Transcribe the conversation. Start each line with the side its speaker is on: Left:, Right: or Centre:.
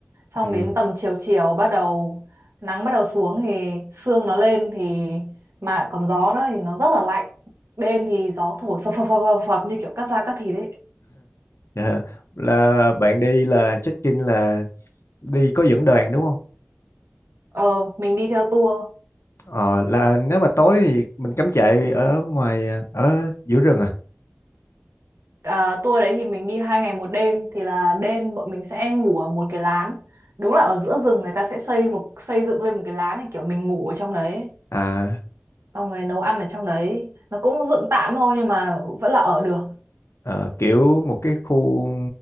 Right: xong
Left: ừ.
Right: đến tầm chiều chiều bắt đầu nắng bắt đầu xuống thì sương nó lên thì mà lại còn gió nữa thì nó rất là lạnh đêm thì gió thổi phập phập phập phập phập như kiểu cắt da cắt thịt đấy
Left: Dạ. là bạn đi là check-in là đi có dẫn đoàn đúng không?
Right: ờ mình đi theo tour
Left: Ờ, là nếu mà tối thì mình cắm trại ở ngoài ờ, ở giữa rừng à
Right: À, tour đấy thì mình đi hai ngày một đêm thì là đêm bọn mình sẽ ngủ ở một cái lán đúng là ở giữa rừng người ta sẽ xây một xây dựng lên một cái lán này kiểu mình ngủ ở trong đấy
Left: à
Right: xong rồi nấu ăn ở trong đấy nó cũng dựng tạm thôi nhưng mà vẫn là ở được
Left: ờ, kiểu một cái khu